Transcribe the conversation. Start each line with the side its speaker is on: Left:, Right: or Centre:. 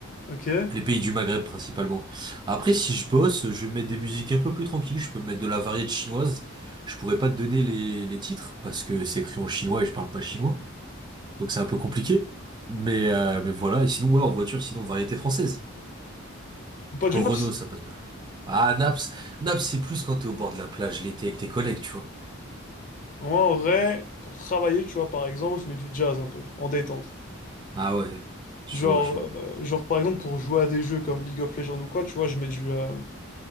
Left: ok.
Right: Les pays du Maghreb principalement. Après, si je bosse, je vais mettre des musiques un peu plus tranquilles, je peux mettre de la variété chinoise. Je pourrais pas te donner les, les titres parce que c'est écrit en chinois et je parle pas chinois, donc c'est un peu compliqué. Mais, euh, mais voilà, et sinon, ouais, en voiture, sinon, variété française.
Left: Ou pas du
Right: Au
Left: naps?
Right: Renault, ça passe bien. Ah, Naps, Naps, c'est plus quand t'es au bord de la plage l'été avec tes collègues, tu vois.
Left: Moi, en vrai, pour travailler, tu vois, par exemple, je mets du jazz un peu, en détente.
Right: Ah ouais, je
Left: Genre,
Right: vois, je vois.
Left: euh, genre, par exemple, pour jouer à des jeux comme League of Legends ou quoi, tu vois, je mets du, euh,